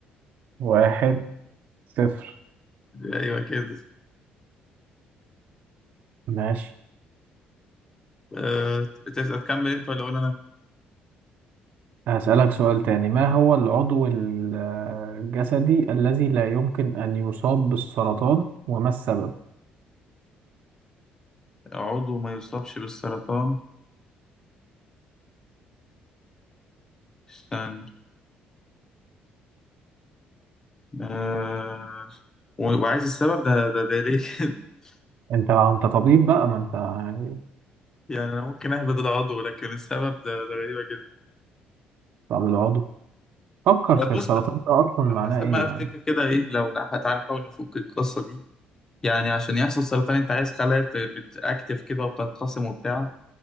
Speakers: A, on the right (about 55°); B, on the left (about 15°).
A: واحد صفر
B: ايوه كده
A: ماشي
B: أه... تس- تكمل انت ولا اقول انا
A: هسألك سؤال تاني ما هو العضو ال- الجسدي الذي لا يمكن أن يصاب بالسرطان وما السبب؟
B: عضو ما يصابش بالسرطان استنى أه... و- وعايز السبب ده ده, ده ليه كده <laughs>
A: أنت أنت طبيب بقى ما أنت يعني
B: يعني انا ممكن اهبد العضو لكن السبب ده ده غريبة جدا
A: طب العضو فكر في
B: طب بص
A: السرطان ده أصلا معناه
B: على حسب
A: إيه
B: ما
A: يعني
B: افتكر كده ايه لو لا، تعالى نحاول نفك القصة دي يعني عشان يحصل سرطان انت عايز خلايا بت- بتاكتف كده وبتنقسم وبتاع